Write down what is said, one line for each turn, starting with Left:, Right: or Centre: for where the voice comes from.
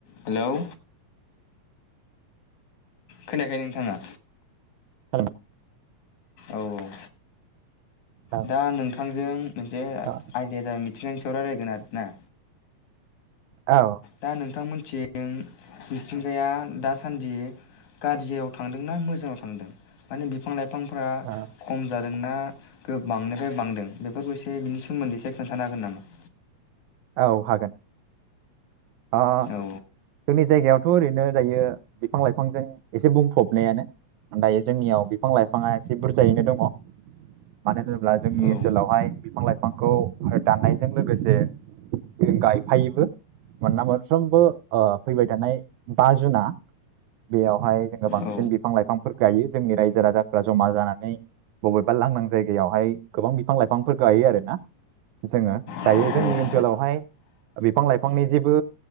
Left: Hello खोनायाखै नोंथांआ?
Right: Hello
Left: औ औ
Right: औ
Left: दा नोंथांजों मोनसे
Right: औ
Left: आयदाया मिथिंगानि सायाव रायज्लायगोन आर ना
Right: औ
Left: दा नोंथांमोन थिं मिथिंगाया दासान्दि गाज्रियाव थांदों ना मोजांङाव थांदों माने बिफां लाइ फांफ्रा
Right: औ
Left: खम जादों ना गोबां निफाय बांदों बेफोरखौ एसे बिनि सोमोन्दै एसे खोन्थानो हागोन नामा?
Right: औ हागोन। अ
Left: औ
Right: जोंनि जायगायाव खौ ओरैनो दायो बिफां लाइफांजों एसे बुंफबनायानो दायो जोंनियाव बिफां लाइफाङा एसे बुरजायैनो दंङ मानो होनोब्ला जोंनि
Left: औ
Right: ओनसोलावहाय बिफां लाइफांखौ दाननायजों लोगोसे गायफायोबो मानोना मोनफ्रोमबो ओ फैबाय थानाय बा जुना बेयावहाय जोंङो बांसिन
Left: औ
Right: बिफां लाइफांफोर गायो जोंनि रायजो राजाफ्रा जमा जानानै बबेबा लांदां जायगायावहाय गोबां बिफां लाइफांफोर गायो आरोना जोंङो
Left: औ
Right: दायो जोंनि ओनसोलाव सोलावहाय बिफां लाइफांनि जेबो